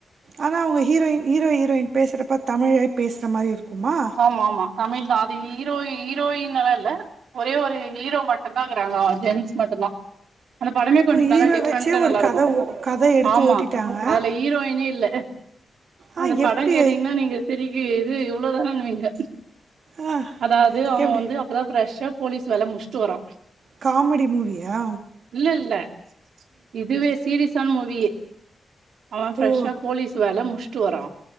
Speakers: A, on the right; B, on the right.
A: ஆனா அவுங்க ஹீரோயின் ஹீரோ ஹீரோயின் பேசுறப்ப தமிழே பேசுற மாரி இருக்குமா
B: ஆமா ஆமா தமிழ் தா அது ஹீரோ ஹீரோயினலா இல்ல ஒரே ஒரு ஹீரோ மட்டு தா இக்கிறாங்க ஜென்ஸ் மட்டு தா அந்த படமே கொஞ்ச
A: ஓ ஹீரோ
B: நல்லா டிஃப்ரெண்டா
A: வச்சே ஒரு
B: நல்லா
A: கத
B: இருக்கு
A: ஓ கத எடுத்து
B: ஆமா
A: ஓட்டிட்டாங்க
B: அதுல ஹீரோயினே இல்ல
A: ஆ
B: அந்த படோ
A: எப்டி
B: கேட்டீங்கன்னா நீங்க பெரிக்கு இது இவ்ளோதானனுவீங்க
A: ஆ
B: அதாவது அவ
A: எப்டி
B: வந்து இப்பதா ஃப்ரெஷா போலீஸ் வேல முடிச்ட்டு வரா
A: காமெடி மூவியா
B: இல்ல இல்ல இதுவே சீரிஸ் ஸானா மூவி அவன் ஃப்ரெஷா
A: ஓ
B: போலீஸ் வேல முடிச்ட்டு வரா